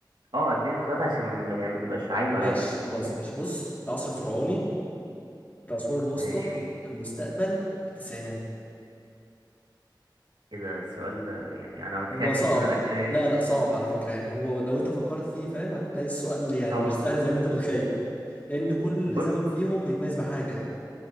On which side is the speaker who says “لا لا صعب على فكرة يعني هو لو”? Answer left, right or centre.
Left